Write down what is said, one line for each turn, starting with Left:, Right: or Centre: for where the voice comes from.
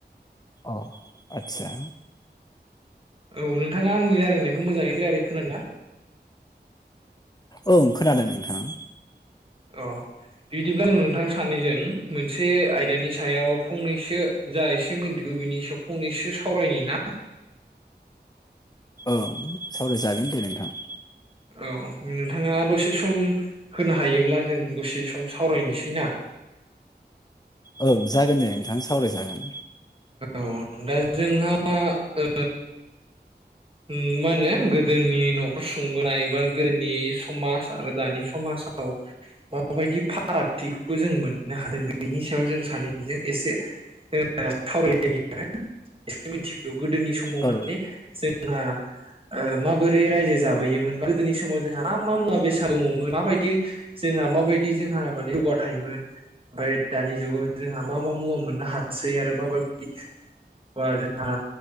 Left: औव आचसा
Right: औव नोंथाङा आंनि रायलायनायखौ मोजाङै क्लायरै खोना
Left: औव खोनादों नोंथां
Right: अ बिदिब्ला आङ नोंथां सानैजों मोनसे आयदानि सायाव फंनैसो जा एसे मिन्थिगौ बिनि सायाव फंनैसो सावरायनि ना?
Left: ओ सावरायजागोन दे नोंथां ।
Right: औ नोंथाङा दसे सम होनो हायोब्ला जों दसे सम सावरायनोसैना <inaudible>
Left: औ जागोन दे नोंथां सावरायजागोन।
Right: औ दा जोंहा ओ ओम मा होनो गोदोनि न'खर सुंबोनाय एबा गोदोनि समाज आरो दानि समाज माबायदि फारागथिखौ जों मोननो हादों बेनि सायाव जों सानैजों एसे ओ सावरायलायनि आरो एसे मोनथिगौ गोदोनि समाव
Left: औ
Right: माने जों हा ओ माबोरै रायजो जाबोयोमोन बा गोदोनि समाव जोंहा मा मा मुवा बेसाद दङमोन माबायदि जों जोंहा माबायदि जोंहा माने जौगाथायमोन ओमफ्राय दानि जुगाव जोंहा मा मा मुवा मोननो हासै आरो माबायदि बा जोंहा